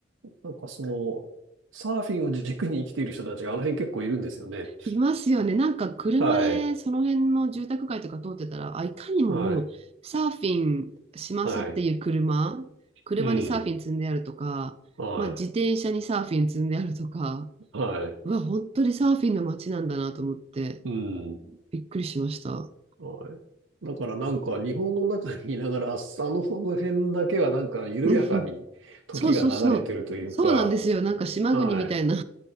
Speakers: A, on the right; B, on the right.
A: なんかその、サーフィンを軸に生きている人たちがあの辺結構いるんですよね。
B: いますよね。なんか車でその辺の住宅街とか通ってたら、
A: はい。
B: あ、いかにももうサーフィンしますっていう車、
A: はい。はい。
B: 車にサーフィン積んであるとか、
A: うん。は
B: まあ自転車にサーフィン積んであるとか、
A: い。はい。
B: うわ、本当にサーフィンの街なんだなと思って、
A: うん。
B: びっくりしました。
A: はい。だからなんか日本の中にいながら、あの辺だけはなんか緩やかに時が流れてるというか、
B: <laughs> うん、そうそうそう。そうなんですよ。なんか島国みたいな。
A: はい。